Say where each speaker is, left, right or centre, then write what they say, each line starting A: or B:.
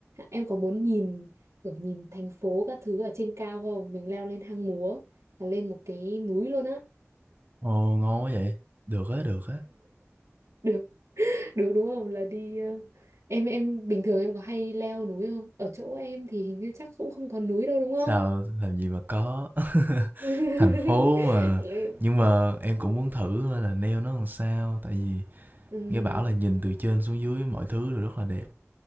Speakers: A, on the right (about 75°); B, on the right (about 40°).
A: em có muốn nhìn kiểu nhìn thành phố các thứ ở trên cao không mình leo lên hang múa là lên một cái núi luôn á
B: ồ, ngon quá vậy, được á, được á,
A: được <laughs> được đúng không là đi ờ, em em bình thường em có hay leo núi không ở chỗ em thì hình như chắc cũng không có núi đâu đúng không
B: sao làm gì mà có. <laughs>
A: <laughs>
B: Thành phố mà nhưng
A: <laughs>
B: mà em cũng muốn thử coi là nail nó làm sao, tại vì
A: Ừ,
B: Nghe bảo là nhìn từ trên xuống dưới mọi thứ đều rất là đẹp.